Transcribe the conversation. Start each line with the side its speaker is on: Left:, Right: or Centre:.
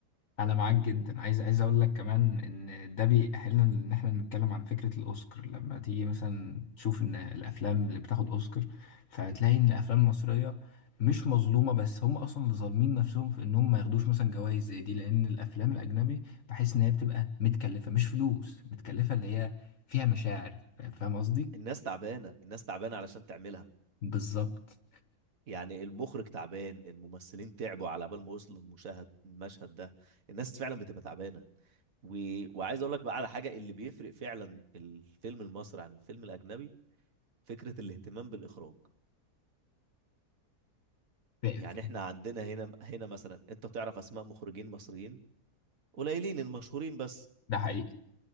Left: انا معاك جدا عايز عايز اقول لك كمان ان ده بيأهلنا ان احنا نتكلم عن فكرة الاوسكار لما تيجي مثلا تشوف ان الافلام اللي بتاخد اوسكار فهتلاقي ان الافلام المصرية مش مظلومة بس هم اصلا اللي ظالمين نفسهم في انهم ما ياخدوش مثلا جوائز زي دي لان الافلام الاجنبي بحس ان هي بتبقى متكلفة مش فلوس متكلفة اللي هي فيها مشاعر فاهم قصدي
Right: الناس تعبانه الناس تعبانه علشان تعملها
Left: بالظبط
Right: يعني المخرج تعبان الممثلين تعبوا على بال ما وصلوا المشاهد المشهد ده الناس فعلا بتبقى تعبانه و... وعايز اقول لك بقى على حاجه اللي بيفرق فعلا الفيلم المصري عن الفيلم الاجنبي فكره الاهتمام بالاخراج
Left: ف- ف-
Right: يعني احنا عندنا هنا هنا مثلا انت بتعرف اسماء مخرجين مصريين قليلين المشهورين بس
Left: ده حقيقي